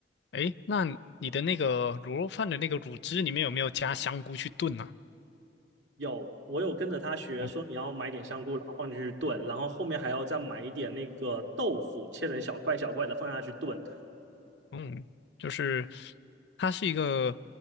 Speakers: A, on the left (about 65°); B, on the right (about 85°).
A: 诶，那你的那个卤肉饭的那个卤汁里面有没有加香菇去炖呢、
B: 有，我有跟着他学，
A: 啊？
B: 说你要买点香菇，
A: 哦，
B: 然后放进去炖，然后后面还要再买一点那个豆腐，切成小块小块的放下去炖。
A: 嗯，就是它是一个